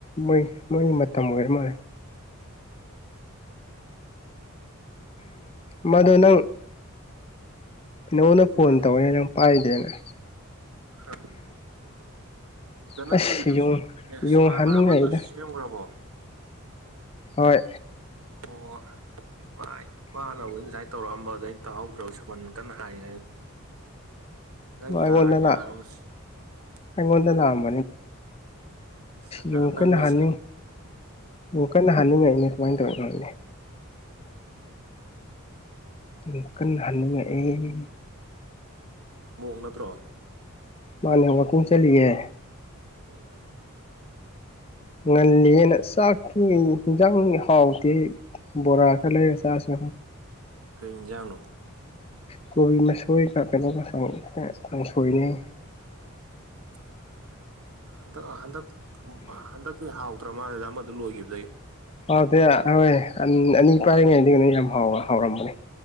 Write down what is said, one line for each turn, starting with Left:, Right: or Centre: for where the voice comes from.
Left: ꯃꯣꯏ ꯃꯣꯏ ꯃꯇꯝ ꯑꯣꯏꯔ ꯃꯥꯜꯂꯦ ꯃꯗꯣ ꯅꯪ ꯅꯉꯣꯟꯗ ꯐꯣꯟ
Right: ꯃ
Left: ꯇꯧꯔꯦ ꯅꯪ ꯄꯥꯏꯗꯦꯅ
Right: ꯑ ꯅꯟꯖꯣꯏꯒꯤꯗꯨ
Left: ꯑꯁ ꯌꯨꯡ
Right: ꯑꯦ
Left: ꯌꯨꯡ ꯍꯥꯟꯅꯤꯡꯉꯛꯏꯗ
Right: ꯑꯃꯗꯨ ꯁꯦꯝꯈ꯭ꯔꯕꯣ
Left: ꯍꯣꯏ
Right: ꯑꯣ ꯍꯧꯖꯤ ꯃꯥ ꯃꯥꯅꯕ ꯉꯨꯥꯏꯅ ꯇꯧꯔꯛꯑꯝꯕ ꯑꯗꯩꯅ ꯇꯧꯍꯧꯗ꯭ꯔꯕ ꯁꯃꯟ ꯀꯟꯅ ꯍꯥꯏꯔꯤ ꯌꯥꯔꯕ
Left: ꯎꯝꯉꯗꯅ
Right: ꯑꯣ
Left: ꯑꯉꯣꯗꯅ ꯑꯁ
Right: ꯑꯣ ꯅꯪ
Left: ꯌꯨꯝ
Right: ꯅꯪꯒ
Left: ꯀꯟꯅ ꯍꯥꯏꯅꯤꯡꯉꯤ ꯌꯨꯝ ꯀꯟꯅ ꯍꯥꯏꯅꯤꯡꯉꯥꯏ ꯑꯩꯅ ꯋꯥ ꯇ ꯑꯣꯏꯅꯤ ꯌ ꯀꯟꯅ ꯍꯅꯤꯡꯉꯛꯑꯦ
Right: ꯃꯑꯣ ꯅꯠꯇ꯭ꯔꯣ
Left: ꯃꯥꯅꯦ ꯋꯥꯀꯤꯡ ꯆꯂꯤꯒꯦ
Right: ꯑꯣ
Left: ꯉꯜꯂꯤꯌꯦꯦꯅ ꯆꯥꯛꯇꯨ ꯌꯦꯟꯖꯥꯡ ꯍꯥꯎꯇꯦ ꯕꯣꯔꯥ ꯈꯔ ꯂꯩꯔꯦ ꯆꯥꯔꯁꯨ
Right: ꯀꯩꯖꯥꯡꯅꯣ
Left: ꯀꯣꯕꯤ ꯃꯁꯣꯏꯒ ꯀꯩꯅꯣꯒ ꯀꯥꯡꯪꯁꯣꯏꯅꯦꯩ
Right: <inaudible> ꯍꯟꯗꯛ ꯍꯟꯗꯛ ꯍꯟꯗꯛꯇꯤ ꯍꯥꯎꯇ꯭ꯔ ꯃꯥꯜꯂꯦꯗ ꯑꯃꯗ ꯂꯣꯏꯈꯤꯕ
Left: ꯍꯗ ꯍꯣꯏ ꯑꯅꯤ ꯄꯥꯏꯔꯤꯉꯩꯗꯒꯤ ꯀꯩꯅꯣ ꯌꯥꯝ ꯍꯥꯎꯔ ꯍꯥꯎꯔꯝꯕꯅꯦ